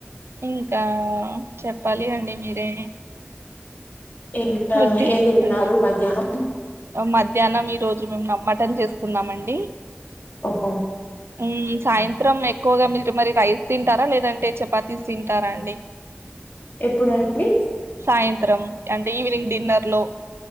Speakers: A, on the right; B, on the left.
A: ఇంకా చెప్పాలి అండి మీరే?
B: ఇంకా
A: వద్ది
B: ఏం తిన్నారు
A: వద్ది.
B: మధ్యాహ్నం?
A: మధ్యాహ్నం ఈ రోజు మేము మటన్ చేసుకున్నామండి.
B: ఓహో
A: మ్ సాయంత్రం ఎక్కువగా మీరు మరి రైస్ తింటారా, లేదంటే చపాతీస్ తింటారా అండి?
B: ఎప్పుడండి?
A: సాయంత్రం అంటే ఈవినింగ్ డిన్నర్లో